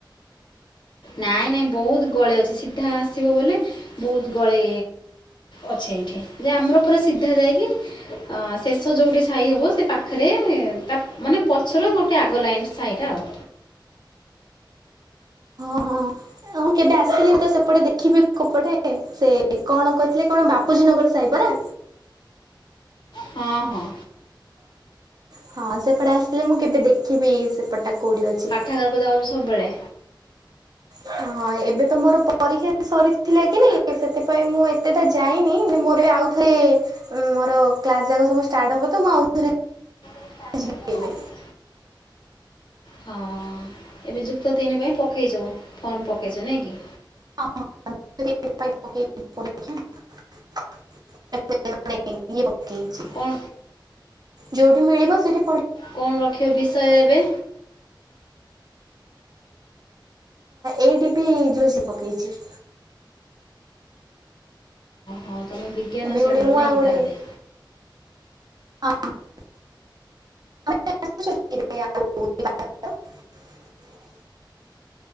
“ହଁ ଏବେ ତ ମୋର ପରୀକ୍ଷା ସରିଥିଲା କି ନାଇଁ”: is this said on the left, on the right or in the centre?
Right